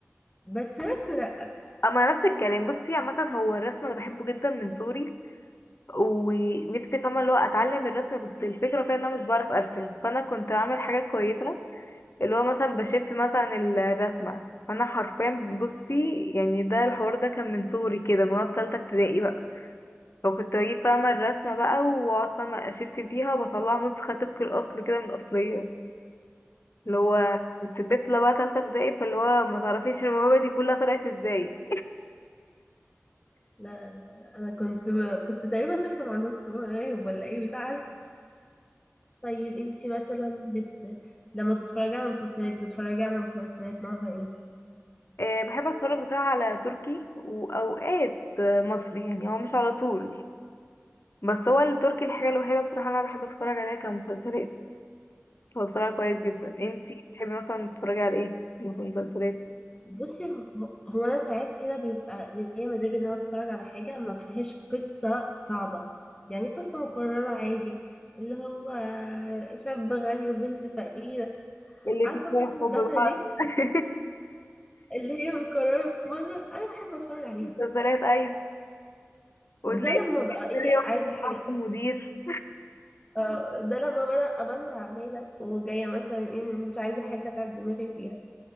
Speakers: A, on the left; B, on the left.
A: بس رسم لا
B: اما نفس الكلام بصي عامه هو الرسم انا بحبه جدا من صغري ونفسي فاهمه اللي هو اتعلم الرسم بس الفكره فيها ان انا مش بعرف ارسم فانا كنت اعمل حاجه كويسه اللي هو مثلا بشف مثلا الرسمه فانا حرفيا بصي يعني ده الحوار ده كان من صغري كده من وانا في تالتة ابتدائي بقى فكنت بجيب فاهمه الرسمه بقى واقعد فاهمه اشف فيها وبطلع نسخه طبق الاصل كده من الاصليه اللي هو كنت طفلة بقى تالتة ابتدائي فاللي هو ما تعرفيش الموهبة دي كلها طلعت ازاي
A: لا, لا. انا كنت ب... كنت تقريبا طفله ما عندهم تليفون غايب ولا ايه مش عارف طيب انت مثلا بت... لما تتفرجي على مسلسلات بتتفرجي على مسلسلات نوعها ايه
B: أه بحب اتفرج بصراحة على تركي واوقات آه، مصري يعني هو مش على طول بس هو التركي الحاجة الوحيدة بصراحة اللي انا بحب اتفرج عليها كمسلسلات هو بصراحة كويس جدا انتي بتحبي مثلا تتفرجي على ايه في المسلسلات
A: بصي هو هو انا ساعات كده بيبقى ليا مزاج ان انا اتفرج على حاجه ما فيهاش قصه صعبه يعني قصه مكرره عادي اللي هو شاب غني وبنت فقيره
B: اللي
A: عارفه
B: فيه شوية
A: قصص التافهه
B: حب بقى
A: دي
B: <laughs>
A: اللي هي مكرره مره انا بحب اتفرج عليها
B: مسلسلات ايوه وتلاقي
A: ده لما بقى ايه
B: في يوم
A: عايزه حاجه
B: المدير
A: آه، ده لما بقى ابقى انا تعبانه وجايه مثلا ايه مش عايزه حاجه اتعب دماغي فيها